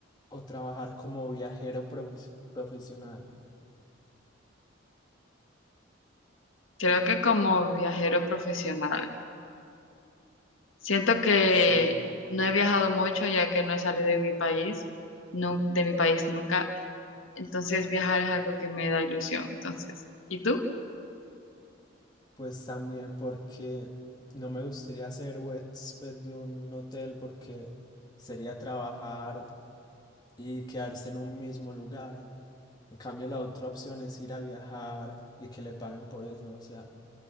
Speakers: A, on the left; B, on the left.
A: o trabajar como viajero profes- profesional?
B: creo que como viajero profesional. Siento que
A: Sí,
B: no he viajado mucho ya que no he salido de mi país, nu- de mi país nunca. Entonces viajar es algo que me da ilusión. Entonces, ¿y tú?
A: pues también porque no me gustaría ser huésped de un hotel porque sería trabajar y quedarse en un mismo lugar. En cambio, la otra opción es ir a viajar y que le paguen por eso. O sea,